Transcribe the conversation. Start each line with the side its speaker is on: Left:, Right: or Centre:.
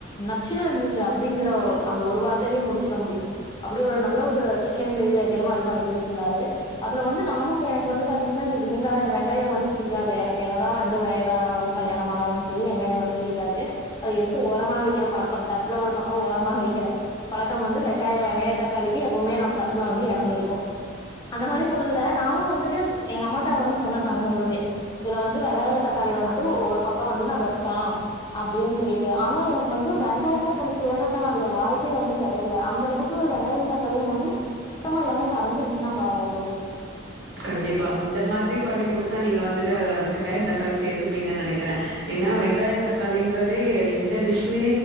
Left: நச்சுனு இருந்துச்சு அப்டிங்கற அந்த ஒரு வார்த்தையிலயே முடிச்சிர முடியும் அப்டி ஒரு நல்ல ஒரு சிக்கன் கிரேவி அதே மாரி பண்ணி கொடுத்துருந்தாரு அதுல வந்து நானும் எனக்கு வந்து பாத்தீங்கன்னா இந்த வெங்காயம் வெங்காயம் வந்து பிடிக்காது எனக்கு என்னதான் வந்து வயதானாலும் கல்யாணம்மானாலும் சரி வெங்காயம் வந்து பிடிக்காது அத எடுத்து ஓரமா வைக்கிற பழக்கம் தட்டுல ஒரு பக்கம் ஓரமா வைக்கிற பழக்கம் வந்து வெங்காய வெங்காய தக்காளிக்கு எப்பவுமே என்னோட தட்டுல வந்து எடம் இருக்கும் அந்த மாதிரி பொழுதுல நானும் வந்துட்டு எங்க அம்மாட்டா வந்து சொன்னே சமைக்கும் பொழுதே இதுல வந்து வெங்காய தக்காளி வந்துட்டு ஒவ்வொரு பக்கம் வந்து நா வெப்பா அப்டின்னு சொல்லிட்டு ஆனா எனக்கு வந்து வெங்காயம் தக்காளி தேறதுக்கான அதுல வாய்ப்பே வந்து கெடைக் கல அந்த அளவுக்கு வெங்காயம் தக்காளியும் வந்து சுத்தமா எல்லாமே கரைஞ்சிருச்சுன்னா பாருங்க தோழி
Right: கண்டிப்பா இந்த மாதிரி பண்ணி குடுத்தா நீங்க வந்துட்டு வெங்காய தக்காளி சேர்த்துப்பீங்கன்னு நெனைக்கிறேன் ஏன்னா வெங்காயம் தக்காளின்றதே எந்த டிஷ்மே